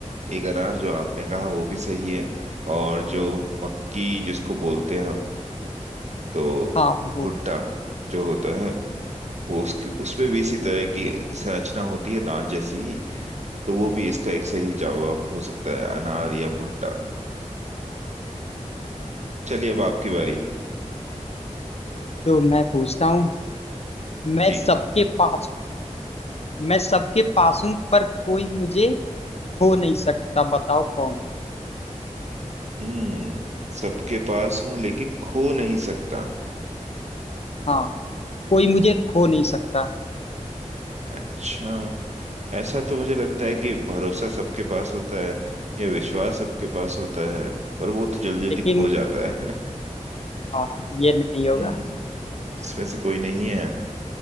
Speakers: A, on the right; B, on the left.
A: एक अनार जो आपने कहा वो भी सही है और जो मक्की जिसको बोलते हैं हम तो
B: हाँ वो
A: भुट्टा जो होता है वो उसकी उसमें भी इसी तरह की संरचना होती है दांत जैसी ही तो वो भी इसका एक सही जवाब हो सकता है अनार या भुट्टा चलिए अब आपकी बारी
B: तो मैं पूछता हूँ मैं
A: जी
B: सबके पास हूँ, मैं सबके पास हूँ पर कोई मुझे खो नहीं सकता बताओ कौन हूँ?
A: हम्म सबके पास हूं लेकिन खो नहीं सकता
B: हाँ कोई मुझे खो नहीं सकता
A: अच्छा ऐसा तो मुझे लगता है कि भरोसा सबके पास होता है या विश्वास सबके पास होता है पर वो तो जल्दी जल्दी
B: लेकिन
A: खो जाता है <laughs>
B: हाँ ये नहीं होगा
A: हम्म इसमें से कोई नहीं है ये